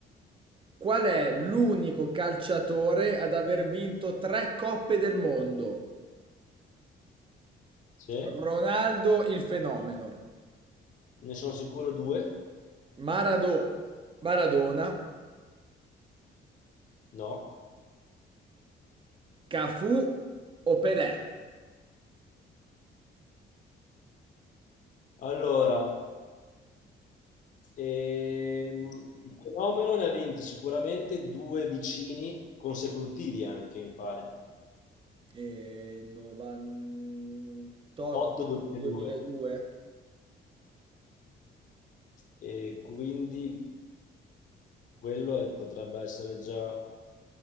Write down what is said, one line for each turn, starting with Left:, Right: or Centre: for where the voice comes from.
Right: Qual è l'unico calciatore ad aver vinto tre Coppe del Mondo?
Left: Sì, ne
Right: Ronaldo il fenomeno,
Left: sono sicuro due.
Right: Marado- Maradona,
Left: No.
Right: Cafù o Pelé?
Left: Allora, ehm, il fenomeno ne ha vinti sicuramente due vicini consecutivi anche, mi pare.
Right: Eh, 98-2002.
Left: 8-2002. E quindi quello è- potrebbe essere già